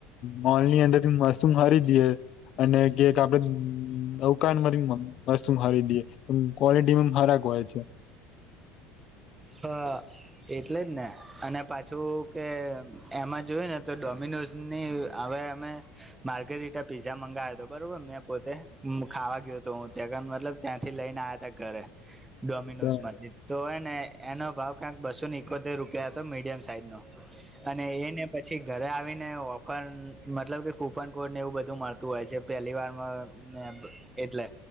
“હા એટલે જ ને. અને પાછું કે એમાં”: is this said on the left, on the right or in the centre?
Right